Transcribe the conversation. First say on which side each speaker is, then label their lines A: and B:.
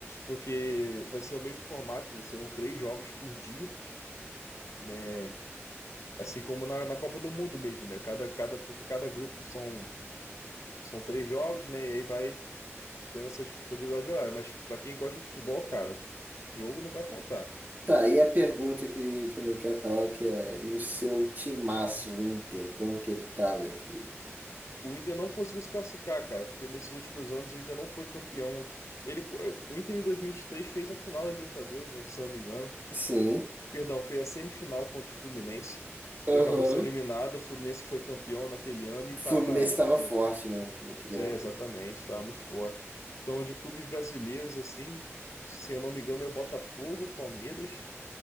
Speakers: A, on the left; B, on the right.
A: porque vai ser o mesmo formato, né? Serão três jogos por dia, né? Assim como na, na Copa do Mundo mesmo, né? Cada, cada, porque cada grupo são, são três jogos, né? E aí vai tendo essa disponibilidade de horário. Mas para quem gosta de futebol, cara, jogo não vai faltar.
B: Tá, e a pergunta que, que não quer calar, que é, e o seu timaço, o Inter, como que ele tá, meu filho?
A: O Inter não conseguiu se classificar, cara, porque nesses últimos anos o Inter não foi campeão. Ele, o Inter em 2023 fez a final da Libertadores, né? Se eu não me engano.
B: Sim,
A: Perdão, foi a semifinal contra o Fluminense
B: aham.
A: e acabou sendo eliminado. O Fluminense foi campeão naquele ano
B: O
A: e tá
B: Fluminense
A: na,
B: estava
A: no,
B: forte, né, naquele
A: é,
B: ano.
A: exatamente, tá muito forte. Então, de clubes brasileiros, assim, se eu não me engano, é Botafogo, Palmeiras,